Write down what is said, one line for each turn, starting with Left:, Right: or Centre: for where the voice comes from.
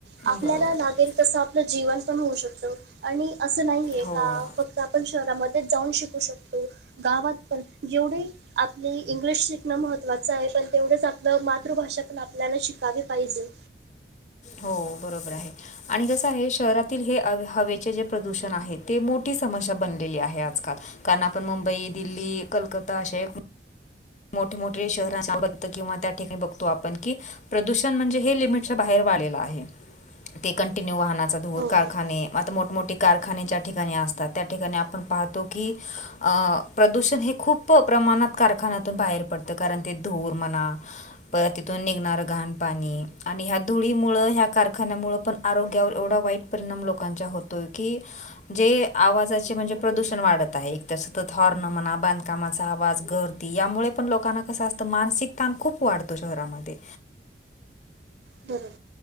Right: आपल्याला
Left: बरोबर
Right: लागेल
Left: आहे
Right: तसं आपलं जीवन पण होऊ शकतं. आणि असं नाहीये
Left: हो
Right: का, फक्त आपण शहरामध्येच जाऊन शिकू शकतो. गावात पण, जेवढेही आपल इंग्लिश शिकणं महत्त्वाचं ये पण तेवढंच आपलं मातृभाषा पण आपल्याला शिक यले पाहिजे.
Left: हो बरोबर आहे आणि कसं आहे शहरातील हे हव-हवेचे जे प्रदूषण आहेत. ते मोठी समस्या बनलेली आहे आजकाल, कारण आपण मुंबई, दिल्ली, कलकत्ता अशे मोठ मोठे शहरां ना बघत किंवा त्या ठिकाणी बघतो आपण की. प्रदूषण म्हणजे हे लिमिटच्या बाहेर वाढलेलं आहे, ते कंटिन्यू वाहनाचा धूर,
Right: हो
Left: कारखाने
Right: बरोबर
Left: आता मोठमोठे कारखाने ज्या ठिकाणी असतात, त्या ठिकाणी आपण पाहतो की अ प्रदूषण हे खूप प्रमाणात कारखानात तुन बाहेर पडतं कारण ते धूर म्हणा पर तिथून निघणारं घाण पाणी आणि ह्या धुळी मुळ ह्या कारखान्या मूळ पण आरोग्यावर एवढा वाईट परिणाम लोकांच्या होतोय, की जे आवाजाचे म्हणजे प्रदूषण वाढत आहे, एक सतत हॉर्न म्हणा, बांधकामाचा आवाज गर यामुळे पण लोकांना कसं असतं मानसिक ताण खूप वाढतो शहरामध्ये
Right: बरोबर.